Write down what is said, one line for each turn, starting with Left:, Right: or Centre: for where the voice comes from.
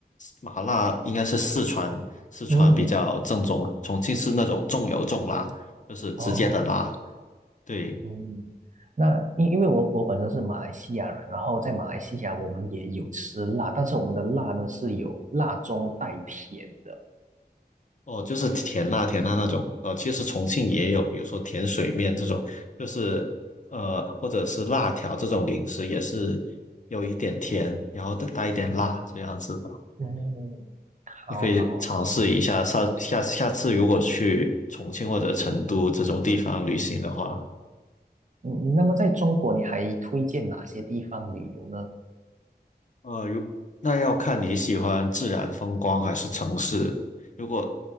Left: 麻辣应该是四川四川比较正宗，
Right: 嗯，
Left: 重庆是那种重油重辣，就是直接的辣。
Right: 哦，
Left: 对，
Right: 嗯，那因因为我我本身是马来西亚人，然后在马来西亚我们也有吃辣，但是我们的辣呢是有辣中带甜的。
Left: 哦，就是甜辣甜辣那种，呃，其实重庆也有，比如说甜水面这种，就是呃，或者是辣条这种零食，也是有一点甜，然后带一点辣这样子的，
Right: 嗯，好好，
Left: 你可以尝试一下。下下下次如果去重庆或者成都这种地方旅行的话，
Right: 嗯，那么在中国你还推荐哪些地方旅游呢？
Left: 呃，如那要看你喜欢自然风光还是城市。如果